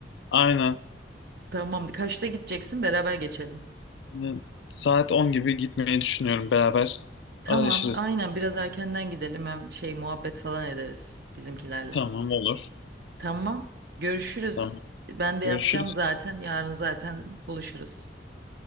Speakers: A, on the left; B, on the right.
A: Aynen.
B: Tamam kaçta gideceksin beraber geçelim.
A: Hı, Saat 10 gibi gitmeyi düşünüyorum. Beraber
B: Tamam
A: araşırız.
B: aynen biraz erkenden gidelim hem şey muhabbet falan ederiz bizimkilerle.
A: Tamam olur.
B: Tamam görüşürüz.
A: Tamam.
B: Ben de
A: Görüşürüz.
B: yatacağım zaten yarın zaten buluşuruz.